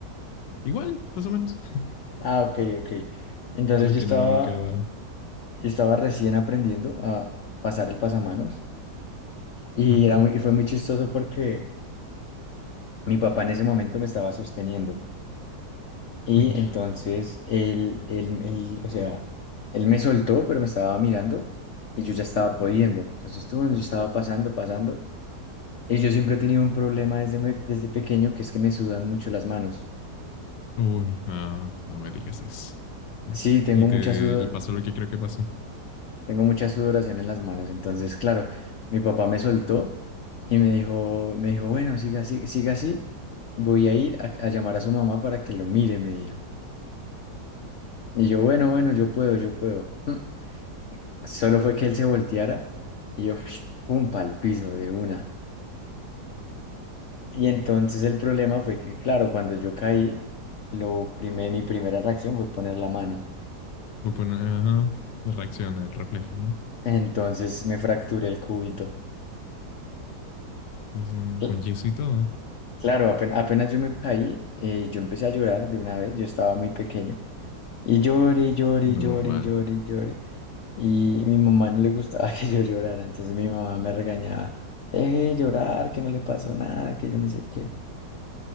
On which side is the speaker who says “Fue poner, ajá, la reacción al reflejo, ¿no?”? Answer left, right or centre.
Left